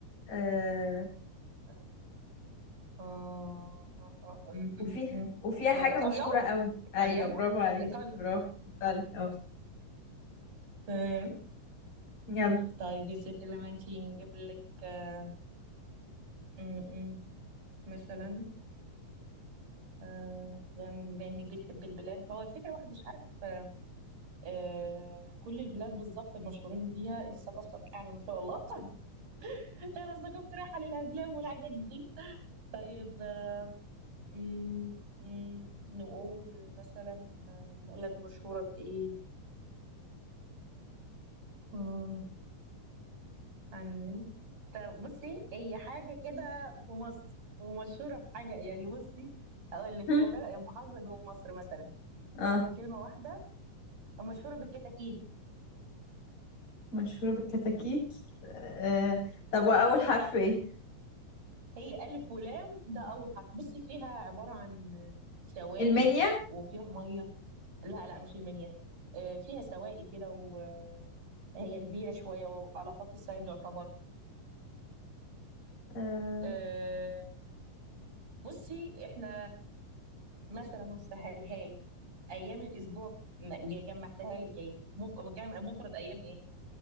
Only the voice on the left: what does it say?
آه...
وفيه
وفيها
حاجة
مشهورة قوي
ايوه برافو عليك
برافو بالي اه
يلا
<laughs>
<laughs> اه
مشهورة بالكتاكيت آه. طب وأول حرف إيه؟
المنيا
آه.